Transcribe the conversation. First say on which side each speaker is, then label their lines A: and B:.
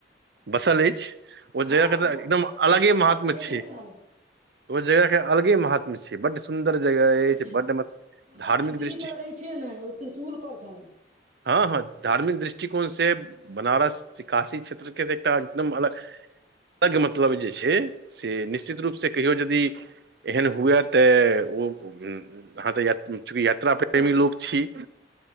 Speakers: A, on the right; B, on the right.
A: बसल अछि ओ
B: हँ
A: जएगह कऽ
B: नोत
A: तऽ एकदम
B: पर ओ पृथ्वी
A: अलगे महात्म
B: पर छियैहे
A: छै
B: नहि
A: ओ जगह के अलगे महत्म छै बड सुन्दर जगह
B: सहीमे
A: अछि बड म
B: ओ तऽ
A: धार्मिक
B: पृथ्वी
A: दृष्टि
B: पर छै नहि ओ त्रिशुल पर छैन
A: हँ हँ धार्मिक दृष्टिकोण से बनारस काशी क्षेत्रके तऽ एकटा एकदम अलग अलग मतलब जे छै से निश्चित
B: हूँ
A: रूपसँ कहियो जदी एहन हुए तऽ ओ चूँकि यात्रा प्रेमी
B: हँ
A: लोक छी